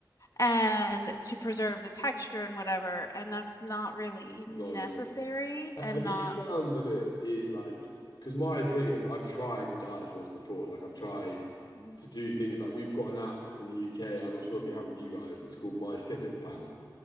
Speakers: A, on the left; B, on the left.
A: and to preserve the texture and whatever and that's not really
B: not
A: necessary
B: ideal. Ha-
A: and
B: Have
A: not
B: you found that it is like, because my thing is, I've tried diets like this before. Like, I've tried
A: Mhm.
B: to do things like we've got an app in the UK. I'm not sure if you have with you guys. It's called My Fitness Pal.